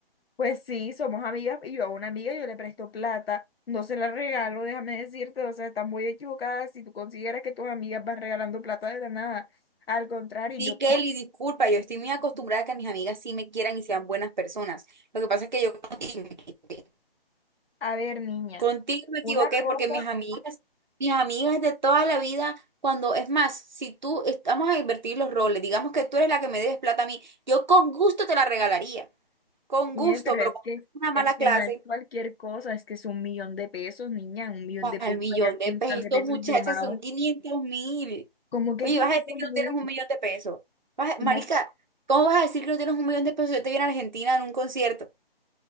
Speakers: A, on the left; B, on the right.
A: Pues sí, somos amigas y yo a una amiga yo le presto plata, no se la regalo, déjame decirte, o sea, estás muy equivocada si tú consideras que tus amigas van regalando plata de la nada. Al contrario,
B: Sí,
A: yo,
B: Kelly, disculpa, yo estoy muy acostumbrada a que mis amigas sí me quieran y sean buenas personas. Lo que pasa es que yo contigo me equivoqué,
A: a ver, niña,
B: Contigo me equivoqué
A: una cosa,
B: porque mis amigas, mis amigas de toda la vida, cuando, es más, si tú, es- vamos a invertir los roles, digamos que tú eres la que me debes plata a mí, yo con gusto te la regalaría, con
A: bien,
B: gusto,
A: pero
B: pero
A: es
B: como
A: que,
B: es una mala
A: es que
B: clase,
A: no es cualquier cosa, es que es un millón de pesos, niña, un millón
B: pues,
A: de pesos,
B: al millón
A: para
B: de
A: un
B: pesos,
A: millón de pesos,
B: muchachas,
A: yo, amado.
B: son quinientos mil.
A: Como que
B: Oye,
A: quinientos
B: vas a decir que
A: mil?
B: no tienes un millón de pesos. Vas
A: ¿Cómo?
B: a- Marica, ¿cómo vas a decir que no tienes un millón de pesos? si Yo te vi en Argentina en un concierto.